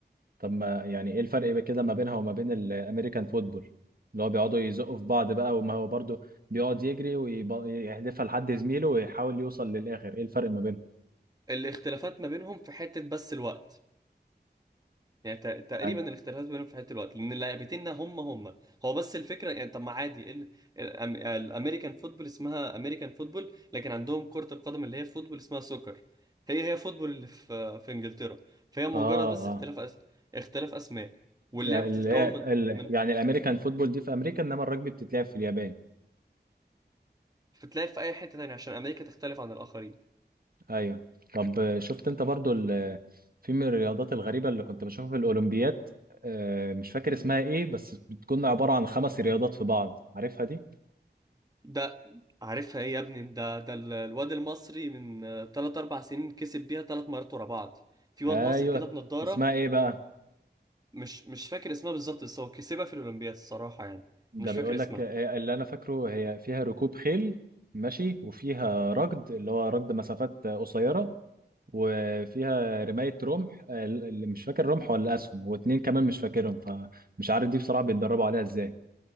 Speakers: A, on the right; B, on the right.
A: طب ما يعني ايه الفرق بقى كده ما بينها وما بين الامريكان فوتبول اللي هو بيقعدوا يزقوا في بعض بقى وما هو برضه بيقعد يجري ويحدفها لحد زميله ويحاول يوصل للاخر ايه الفرق ما بينهم
B: الاختلافات ما بينهم في حته بس الوقت يعني ت- تقريبا
A: يعني
B: الاختلاف بينهم في حته الوقت لان اللاعبتين هم هم هو بس الفكره يعني طب ما عادي إيه ال- الأم- الامريكان فوتبول اسمها امريكان فوتبول لكن عندهم كره القدم اللي هي فوتبول اسمها سوكر هي هي فوتبول اللي في في انجلترا فهي مجرد
A: اه
B: بس
A: اه
B: اختلاف أس... اختلاف اسماء واللعبه
A: يعني
B: بتتكون
A: ال... ال...
B: من من
A: يعني الامريكان فوتبول دي في امريكا انما الرجبي بتتلعب في اليابان
B: بتتلعب في اي حته تانية عشان امريكا تختلف عن الاخرين
A: ايوه طب آه، شفت انت برضو ال... في من الرياضات الغريبه اللي كنت بشوفها في الاولمبيات آه مش فاكر اسمها ايه بس بتكون عباره عن خمس رياضات في بعض عارفها دي
B: ده عارفها ايه يا ابني ده ده ال- الواد المصري من 3 4 سنين كسب بيها ثلاث مرات ورا بعض في واد
A: ايوه
B: مصري كده بنضاره
A: اسمها ايه بقى
B: مش مش فاكر اسمها بالظبط بس هو كسبها في الأولمبياد الصراحة يعني
A: ده
B: مش
A: بيقول
B: فاكر اسمها
A: لك آه، اللي انا فاكره هي فيها ركوب خيل ماشي وفيها ركض اللي هو ركض مسافات آه، قصيره وفيها رمايه رمح آه، اللي مش فاكر رمح ولا اسهم واتنين كمان مش فاكرهم فمش عارف دي بصراحه بيتدربوا عليها ازاي